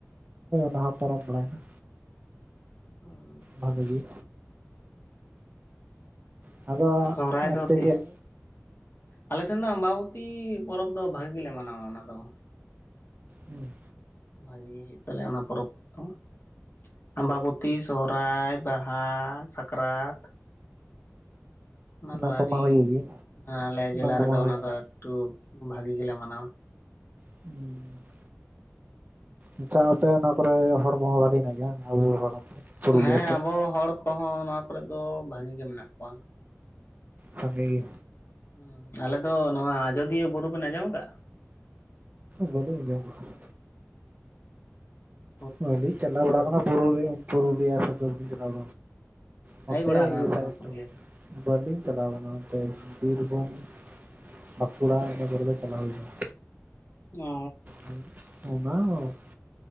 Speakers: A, on the right; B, on the left.
A: ᱵᱟᱦᱟ ᱯᱚᱨᱚᱵᱽ ᱵᱟᱲᱟᱭᱮᱱᱟ
B: ᱚᱸᱻ
A: ᱵᱷᱟᱜᱮ ᱜᱮ ᱟᱫᱚ
B: ᱥᱚᱦᱨᱟᱭ
A: ᱚᱱᱛᱮ
B: ᱫᱚ ᱛᱤᱥ?
A: ᱪᱮᱫ
B: ᱟᱞᱮ ᱥᱮᱱ ᱫᱚ ᱟᱢᱵᱟ ᱵᱚᱛᱤ ᱯᱚᱨᱚᱵᱽ ᱫᱚ ᱵᱷᱟᱹᱜᱤ ᱜᱮ ᱞᱮ ᱢᱟᱱᱟᱣᱟ ᱚᱱᱟ ᱫᱚ ᱾
A: ᱦᱮᱸ
B: ᱵᱷᱟᱹᱜᱤ ᱜᱮ ᱦᱩᱭᱩᱜ ᱛᱟᱞᱮᱭᱟ ᱚᱱᱟ ᱯᱚᱨᱚᱵᱽ ᱫᱚ ᱾ ᱟᱢᱵᱟᱵᱚᱛᱤ ᱥᱚᱦᱨᱟᱭ ᱵᱟᱦᱟ ᱥᱟᱠᱨᱟᱛ ᱚᱱᱟ ᱫᱚ
A: ᱠᱚᱢᱟ
B: ᱟᱹᱰᱤ
A: ᱦᱩᱭᱩᱜ ᱜᱮ
B: ᱟᱞᱮ ᱡᱮᱞᱟ
A: ᱠᱚᱢᱟ
B: ᱨᱮᱫᱚ
A: ᱦᱩᱭᱩᱜ
B: ᱚᱱᱟ
A: ᱜᱮ᱾
B: ᱫᱚ ᱮᱠᱴᱩ ᱵᱷᱟᱹᱜᱤ ᱜᱮᱞᱮ ᱢᱟᱱᱟᱣᱟ᱾
A: ᱩᱸᱻ ᱟᱪᱪᱷᱟ ᱟᱯᱮ ᱚᱱᱟ ᱠᱚᱨᱮ ᱦᱚᱲ ᱠᱚᱦᱚᱸ <unintelligible> ᱦᱮᱱᱟᱜ ᱜᱮᱭᱟ, ᱟᱵᱚ ᱦᱚᱲ ᱯᱩᱨᱩᱞᱤᱭᱟᱹ
B: ᱦᱮᱸ
A: ᱥᱮᱫ
B: ᱟᱵᱚ ᱦᱚᱲ ᱠᱚᱦᱚᱸ ᱱᱚᱣᱟ ᱠᱚᱨᱮ ᱫᱚ ᱵᱷᱟᱹᱜᱤ ᱜᱮ ᱢᱮᱱᱟᱜ ᱠᱚᱣᱟ᱾
A: ᱥᱟᱸᱜᱮ ᱜᱮ᱾
B: ᱦᱩᱸ ᱟᱞᱮ ᱫᱚ ᱱᱚᱣᱟ ᱟᱡᱚᱫᱤᱭᱟᱹ ᱵᱩᱨᱩ ᱵᱮᱱ ᱟᱸᱡᱚᱢ ᱟᱠᱟᱜᱼᱟ
A: ᱵᱟᱹᱞᱤᱧ ᱟᱸᱡᱚᱢ ᱟᱠᱟᱜᱼᱟ᱾
B: ᱚᱻ
A: ᱵᱟᱹᱞᱤᱧ ᱪᱟᱞᱟᱣ ᱵᱟᱲᱟ ᱟᱠᱟᱱᱟ ᱯᱩᱨᱩ ᱯᱩᱨᱩᱞᱤᱭᱟ ᱥᱮᱫ ᱞᱤᱧ ᱪᱟᱞᱟᱣᱼᱼ ᱱᱚᱛᱮ
B: ᱦᱮᱡ ᱵᱟᱲᱟ ᱟᱠᱟᱱᱟᱢ
A: ᱤᱭᱟᱹ ᱥᱟᱭᱤᱴ
B: ᱥᱮ ᱵᱟᱝ ᱯᱩᱨᱩᱞᱤᱭᱟᱹ
A: ᱨᱮ᱾
B: ᱫᱚ
A: ᱵᱟᱹᱞᱤᱧ ᱪᱟᱞᱟᱣ ᱟᱠᱟᱱᱟ ᱚᱱᱛᱮ ᱵᱤᱨᱵᱷᱩᱢᱼᱼ ᱵᱟᱸᱠᱩᱲᱟ ᱤᱱᱟᱹ ᱠᱚᱨᱮ ᱫᱚ ᱪᱟᱞᱟᱣ ᱦᱩᱭ ᱟᱠᱟᱱᱟ
B: ᱚᱻ
A: <unintelligible>